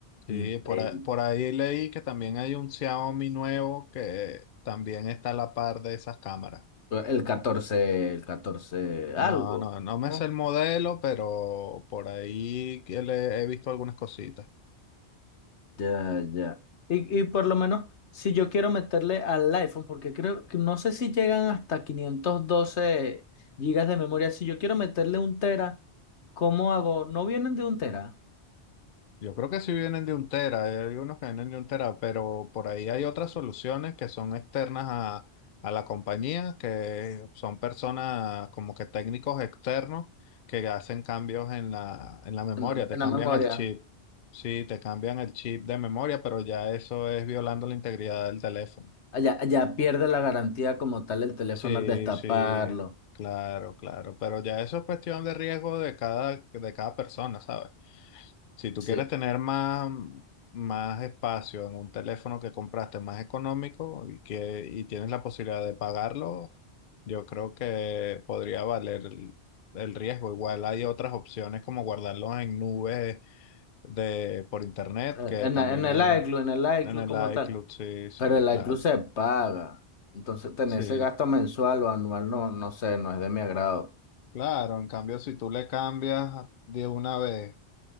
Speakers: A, on the left; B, on the left.
A: Sí,
B: increíbles.
A: por, a- por ahí leí que también hay un Xiaomi nuevo que también está a la par de esas cámaras.
B: El catorce, el 14, algo,
A: No, no, no me
B: ¿no?
A: sé el modelo, pero por ahí que le he visto algunas cositas.
B: Ya, ya. Y, y por lo menos, si yo quiero meterle al iPhone, porque creo que no sé si llegan hasta 512 gigas de memoria, si yo quiero meterle un tera, ¿cómo hago? ¿No vienen de un tera
A: Yo creo que sí vienen de un tera, hay unos que vienen de un tera, pero por ahí hay otras soluciones que son externas a, a la compañía, que son personas como que técnicos externos que hacen cambios en la, en la memoria,
B: en la,
A: te
B: en
A: cambian
B: la memoria?
A: el chip. Sí, te cambian el chip de memoria, pero ya eso es violando la integridad del teléfono.
B: Allá, allá pierde la garantía como tal el teléfono
A: Sí,
B: al destaparlo.
A: sí, claro, claro, pero ya eso es cuestión de riesgo de cada, de cada persona, ¿sabes? Si tú
B: Sí.
A: quieres
B: Eh,
A: tener más, más espacio en un teléfono que compraste más económico y que y tienes la posibilidad de pagarlo, yo creo que podría valer el, el riesgo. Igual hay otras opciones como guardarlos en nubes de por internet,
B: En,
A: que también
B: la- en
A: es
B: el iCloud, en el
A: en
B: iCloud
A: el
B: como tal.
A: iCloud, sí, sí,
B: Pero el
A: claro.
B: iCloud se paga. Entonces, tener
A: Sí.
B: ese gasto mensual o anual, no, no sé, no es de mi agrado.
A: Claro, en cambio, si tú le cambias de una vez,